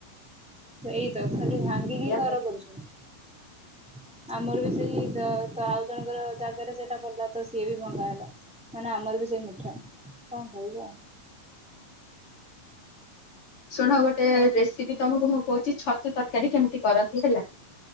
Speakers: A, in the centre; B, on the left.
A: ସେଇତ ଖାଲି ଭାଙ୍ଗିକି ଘର
B: ହୁଏ।
A: କରୁଛନ୍ତି ଆମର ବି ସେଇ ତ ଆଉ ଜଣଙ୍କର ଜାଗାରେ ସେଟା ପଡିଲ ତ ସିଏ ବି ଭଙ୍ଗା ହେଲା ନହଲେ ଆମର ବି ସେଇ ମିଠା କଣ କହିବ?
B: ଶୁଣ ଗୋଟେ
A: ଆଉ
B: ରେସିପି ତମକୁ ମୁଁ କହୁଛି ଛ ତୁ ତରକାରୀ କେମିତି କରନ୍ତି ହେଲା।